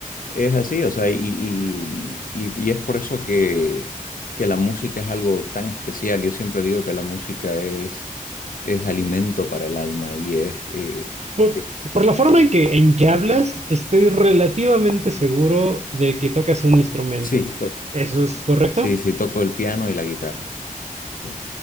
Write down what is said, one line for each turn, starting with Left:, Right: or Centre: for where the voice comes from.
Left: Es así, o sea, y, y- y- y es por eso que, que la música es algo tan especial. Yo siempre digo que la música es, es alimento para el alma y es... eh,
Right: Por,
Left: eh,
Right: por la forma en que, en que hablas, estoy relativamente seguro de que tocas un instrumento.
Left: sí,
Right: ¿Eso es correcto?
Left: Sí, sí, toco el piano y la guitarra. Sí,